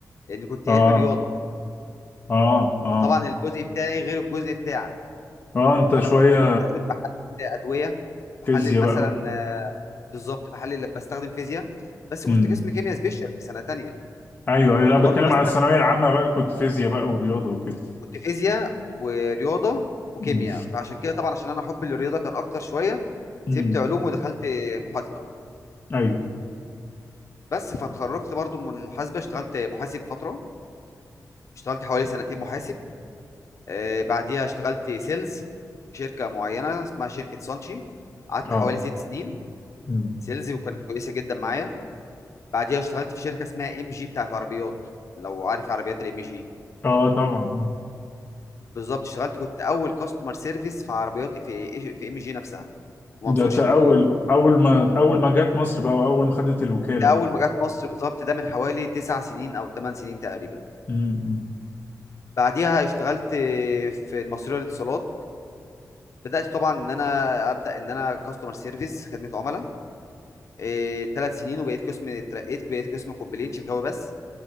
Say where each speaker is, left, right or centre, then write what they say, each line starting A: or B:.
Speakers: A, on the left; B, on the left.
A: لان كنت
B: اه
A: علمي رياضه
B: اه اه
A: فطبعا الجزء بتاعي غير الجزء بتاعك
B: اه انت
A: انا
B: شوية
A: كنت بستخدم بحلل ادويه بحلل
B: فيزياء
A: مثلا
B: بقى
A: آه، بالظبط بحلل بستخدم فيزياء بس كنت
B: اه
A: قسم كيمياء سبيشال في سنه تانية
B: ايوه ايوه
A: فكنت
B: لا بتكلم
A: برضو بستخدم
B: على الثانويه العامه بقى كنت فيزياء بقى ورياضه وكده
A: كنت فيزياء ورياضه وكيمياء
B: امم
A: فعشان كده طبعا عشان انا حبي للرياضه كان اكتر شويه
B: امم
A: سبت علوم ودخلت محاسبه
B: ايوه
A: بس فاتخرجت برضو من المحاسبه اشتغلت محاسب فتره اشتغلت حوالي سنتين محاسب آه، بعديها اشتغلت سيلز في شركه معينه اسمها شركه سانشي قعدت
B: اه
A: حوالي ست سنين
B: امم
A: سيلز وكانت كويسه جدا معايا بعديها اشتغلت في شركه اسمها ام جي بتاعت عربيات لو عارف عربيات الام جي
B: اه طبعا اه
A: بالظبط اشتغلت كنت اول كاستمر سيرفيس في عربيات في في ام جي نفسها منصور
B: ده
A: شيفروليه
B: تا- اول اول ما اول ما جت مصر بقى واول ما خدت الوكاله
A: ده
B: بقى
A: اول ما جت مصر بالظبط ده من حوالي تسع سنين او ثمان سنين تقريبا
B: امم أمم.
A: بعديها اشتغلت في المصرية للاتصالات بدات طبعا ان انا ابدا ان انا كاستمر سيرفيس خدمه عملاء إيه ثلاث سنين وبقيت قسم اترقيت بقيت قسم كومبلين شكاوي بس